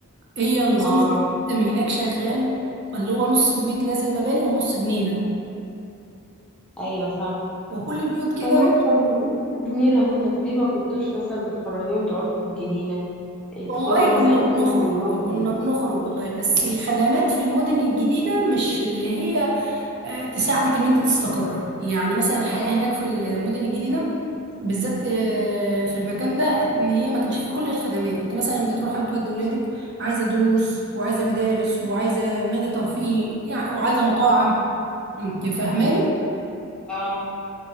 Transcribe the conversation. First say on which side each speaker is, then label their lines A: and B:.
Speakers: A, on the right (about 50°); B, in the centre.
A: هي نظام
B: اه
A: السيستم هناك شغال اللي هو نص البيت لازم مباني ونص جنينة
B: أيوة فاهمة
A: وكل البيوت كده
B: طب ماشي ما انت بتقولي في جنينة اهو طب ليه ما كنتوش مثلا بتخرجيهم تقعدوا في الجنينة إيه
A: والله
B: تخرجوا مثلا
A: كنا بنخرج
B: كل يوم
A: كنا
B: في الأسبوع
A: بنخرج والله بس الخدمات في المدن الجديدة مش اللي هي آه، تساعدك ان انت تستقر يعني مثلا الحياة هناك في المدن الجديدة بالذات آه، في المكان ده ان هي ما كانش فيه كل الخدمات انت مثلا بتروحي وتودي ولادك عايزة دروس وعايزة مدارس وعايزة نادي ترفيهي يعني وعايزة مطاعم انت فاهماني
B: اه